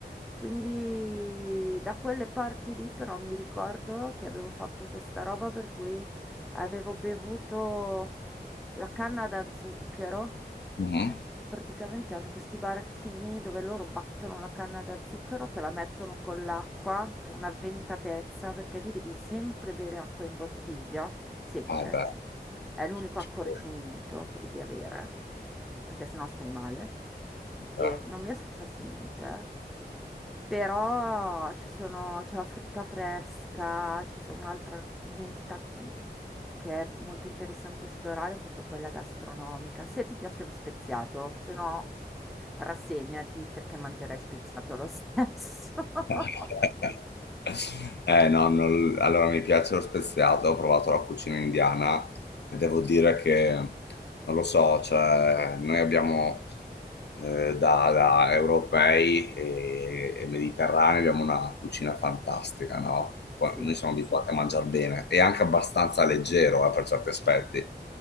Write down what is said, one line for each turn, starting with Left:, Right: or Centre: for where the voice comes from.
Centre: Quindi da quelle parti lì però mi ricordo che avevo fatto questa roba per cui avevo bevuto la canna da zucchero,
Left: Mhm.
Centre: eh, praticamente hanno questi baracchini dove loro battono la canna da zucchero, te la mettono con l'acqua, che è una ventatezza, perché lì devi sempre bere acqua in bottiglia, sempre.
Left: Ah beh,
Centre: È l'unico
Left: ci
Centre: accorgimento
Left: credo,
Centre: che devi avere, perché sennò stai male.
Left: certo.
Centre: E non mi è successo niente, eh. Però ci sono- c'è la frutta fresca, ci sono un'altra identità mm, che è molto interessante esplorare, proprio quella gastronomica. Se ti piace lo speziato, se no rassegnati perché mangerai speziato lo stesso. <laughs>
Left: <laughs> Eh no, non- allora mi piace lo speziato, ho provato la cucina indiana, devo dire che, non lo so, cioè, noi abbiamo eh, da, da europei e, e mediterranei abbiamo una cucina fantastica, no? Qua-
Centre: Sì.
Left: Noi siamo abituati a mangiare bene e anche abbastanza leggero, eh, per certi aspetti.